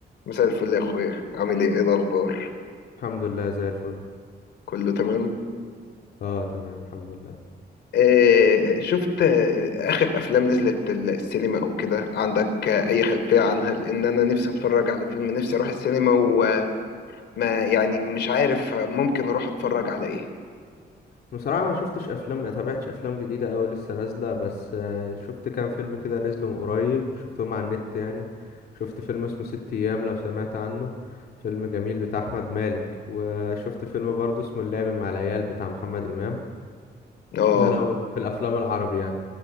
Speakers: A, on the left; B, on the left.
A: مساء الفل يا اخويا عامل ايه ايه الاخبار
B: الحمد لله زي الفل
A: كله تمام
B: اه تمام الحمد لله
A: آه شفت آه، اخر افلام نزلت ال- السينما او كده عندك آه، اي خلفية عنها لان انا نفسي اتفرج على فيلم نفسي اروح السينما وما يعني مش عارف ممكن اروح اتفرج على ايه
B: بصراحة ما شفتش افلام ما تابعتش افلام جديدة اوي لسه نازلة بس آه، شفت كام فيلم كده نزلوا من قريب شفتهم على النت يعني شفت فيلم اسمه ست ايام لو سمعت عنه فيلم جميل بتاع احمد مالك وشفت فيلم برضه اسمه اللعب مع العيال بتاع محمد امام
A: اه
B: ده لو في الافلام العربي يعني